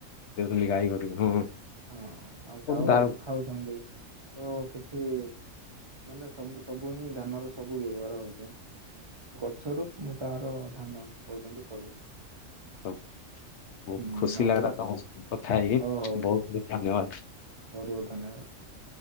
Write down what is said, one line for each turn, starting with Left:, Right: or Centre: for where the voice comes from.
Left: ଦେଖୁଥିଲି ଗାଈ କରିକି ହଁ
Right: ହଁ ଆଉ ଚାଉଳକୁ
Left: ତାର
Right: ଖାଉଛନ୍ତି ତ କିଛି ମାନେ ସବୁ ସବୁ ହିଁ ଧାନର ସବୁ ବ୍ୟବହାର ହଉଚେ। ଗଛରୁ ଉ ତାହାର ଧାନ ପର୍ଯ୍ୟନ୍ତ ସବୁ।
Left: ହଉ ବହୁତ
Right: ହୁଁ
Left: ଖୁସି
Right: ଆମର
Left: ଲାଗିଲା ତମ ସହିତ କଥା ହେଇକି
Right: ହଉ ହଉ ହଁ
Left: ବହୁତ ବହୁତ ଧନ୍ୟବାଦ।
Right: ବହୁତ ବହୁତ ଧନ୍ୟବାଦ।